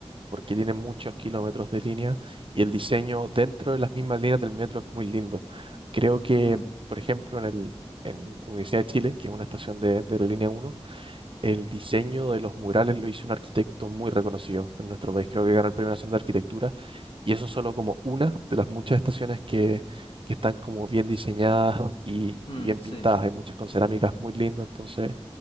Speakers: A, on the right; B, on the left.
A: porque tiene muchos kilómetros de línea y el diseño dentro de las mismas líneas del metro es muy lindo. Creo que,
B: Mm.
A: por ejemplo, en el, en Universidad de Chile, que es una estación de, de la línea uno el diseño de los murales lo hizo un arquitecto muy reconocido en nuestro país. Creo que ganó el Premio Nacional de Arquitectura y eso es solo como una de las muchas estaciones que, que están como bien diseñadas y,
B: Mm,
A: y bien pintadas.
B: sí,
A: Hay muchas con cerámicas muy lindas, entonces...